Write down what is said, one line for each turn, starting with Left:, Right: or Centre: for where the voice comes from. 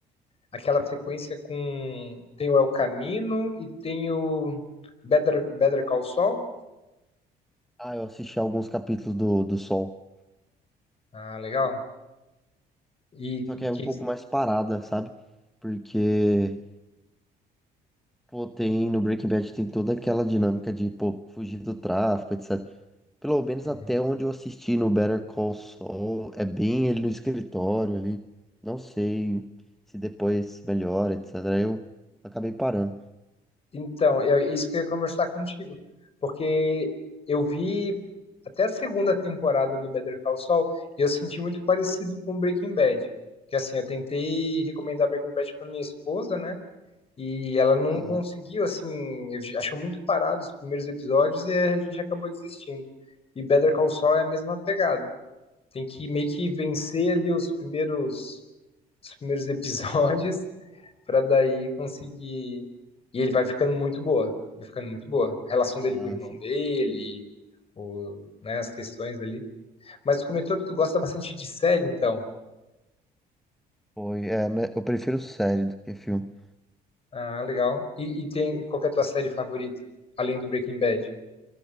Left: Aquela sequência com. Tem o El Camino e tem o Better, Better Call Saul.
Centre: Ah, eu assisti alguns capítulos do, do Sol.
Left: Ah, legal. E,
Centre: Só que
Left: e
Centre: é um
Left: que...
Centre: pouco mais parada, sabe? Porque Pô, tem no Breaking Bad tem toda aquela dinâmica de, pô, fugir do tráfico, etc. Pelo menos
Left: Uhum.
Centre: até onde eu assisti no Better Call Saul, é bem ele no escritório ali. Não sei se depois melhora, etc. Eu acabei parando.
Left: Então, é é isso que eu ia conversar contigo. Porque eu vi até a segunda temporada do Better Call Saul e eu senti muito parecido com Breaking Bad. Que assim, eu tentei recomendar Breaking Bad pra minha esposa, né? E ela não
Centre: Aham.
Left: conseguiu, assim, achou muito parado os primeiros episódios e a gente acabou desistindo. E Better Call Saul é a mesma pegada. Tem que meio que vencer ali os primeiros, os primeiros episódios <laughs> pra daí conseguir. E ele vai ficando muito boa. Vai ficando muito boa. A relação
Centre: Ah,
Left: dele com o irmão
Centre: sim.
Left: dele, o, né, as questões ali. Mas tu comentou que tu gosta bastante de série, então.
Centre: Foi, é, mas eu prefiro série do que filme.
Left: Ah, legal. E, e tem qual que é a tua série favorita? Além do Breaking Bad?